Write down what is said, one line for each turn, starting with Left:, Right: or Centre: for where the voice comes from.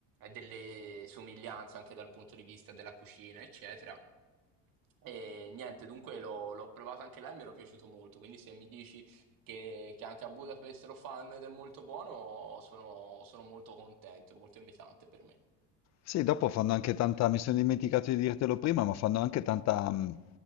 Right: delle somiglianze anche dal punto di vista della cucina, eccetera. E niente, dunque l'ho l'ho provato anche là e mi era piaciuto molto, quindi se mi dici che, che anche a Budapest lo fanno ed è molto buono, sono, sono molto contento, è molto invitante per me.
Left: Sì, dopo fanno anche tanta, mi sono dimenticato di dirtelo prima, ma fanno anche tanta, mh,